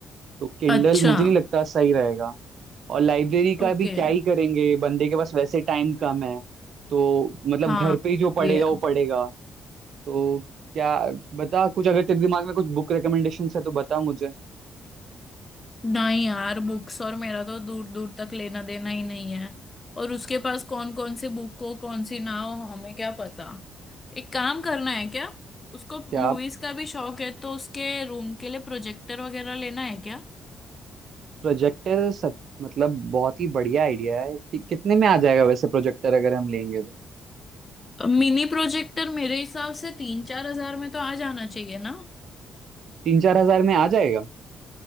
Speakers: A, on the right; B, on the left.
A: तो किंडल
B: अच्छा
A: मुझे नहीं लगता सही रहेगा और लाइब्रेरी का
B: ओके
A: भी क्या ही करेंगे बंदे के पास वैसे टाइम कम है तो मतलब
B: हाँ
A: घर पे ही जो पढ़ेगा
B: भी है
A: वो पढ़ेगा तो क्या बता कुछ अगर तेरे दिमाग में कुछ बुक रिकमेंडेशन है तो बता मुझे
B: नहीं यार बुक्स और मेरा तो दूर दूर तक लेना देना ही नहीं है और उसके पास कौन कौन सी बुक हो कौन सी ना हो हमें क्या पता एक काम करना है क्या उसको
A: क्या
B: मूवीज का भी शौक है तो उसके रूम के लिए प्रोजेक्टर वगैरह लेना है क्या
A: प्रोजेक्टर सब मतलब बहुत ही बढ़िया आइडिया है कि कितने में आ जाएगा वैसे प्रोजेक्टर अगर हम लेंगे तो
B: मिनी प्रोजेक्टर मेरे हिसाब से तीन चार हजार में तो आ जाना चाहिए ना
A: तीन चार हजार में आ जाएगा